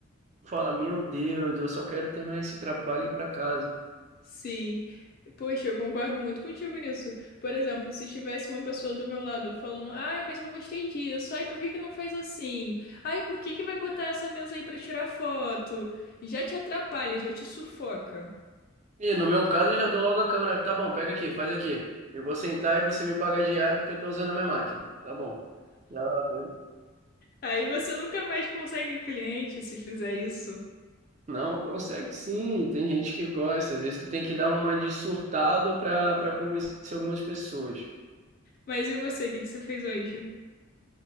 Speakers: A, on the right; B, on the left.
A: que fala, meu Deus, eu só quero terminar esse trabalho e ir pra casa.
B: Sim. Poxa, eu concordo muito contigo nisso. Por exemplo, se tivesse uma pessoa do meu lado falando, ai, mas não gostei disso, ai, por que que não faz assim? Ai, por que que vai botar essa mesa aí pra tirar foto? Já te atrapalha, já te sufoca.
A: E no meu caso eu já dou logo a câmera, tá bom, pega aqui, faz aqui. Eu vou sentar e você me paga diário porque eu tô usando a minha máquina, tá bom. Não,
B: Aí você nunca mais consegue cliente se fizer isso.
A: não consegue sim, tem gente que gosta, às vezes tu tem que dar uma de surtado pra, pra convencer algumas pessoas.
B: Mas e você, o que que você fez hoje?